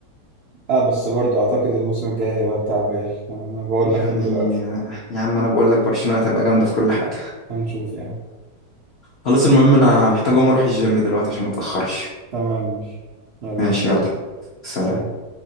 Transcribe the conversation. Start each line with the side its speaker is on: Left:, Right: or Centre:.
Right: اه بس برضو اعتقد الموسم الجاي هيبقى بتاع ريال انا بقول لك
Left: يعني
Right: من دلوقتي
Left: يا عم انا بقول لك برشلونه هتبقى جامده في كل حاجه
Right: هنشوف يعني
Left: خلاص المهم انا محتاج اقوم اروح الجيم دلوقتي عشان ما اتاخرش
Right: تمام ماشي يلا
Left: ماشي
Right: سلام
Left: يلا سلام
Right: سلام